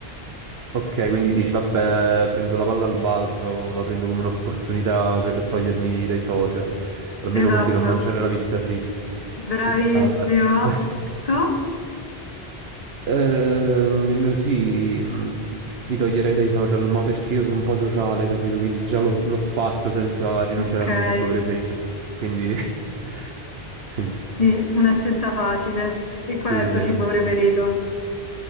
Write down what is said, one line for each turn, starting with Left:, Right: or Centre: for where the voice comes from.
Right: ok, quindi dici, vabbè, prendo la palla al balzo, la prendo come un'opportunità per togliermi dai social. Almeno
Left: Esatto,
Right: continuo a mangiare la pizza fritta.
Left: bravissimo.
Right: Ci sta, dai. <laughs>
Left: E tu?
Right: Ehm, il mio sì, mh, mi toglierei dai social, ma perché io sono un po' sociale, capito? Quindi già l'ho l'ho fatto senza rinunciare
Left: Okay,
Right: al mio cibo preferito. Quindi <laughs> sì,
Left: dici una scelta facile. E
Right: sì,
Left: qual è il
Right: sì.
Left: tuo cibo preferito?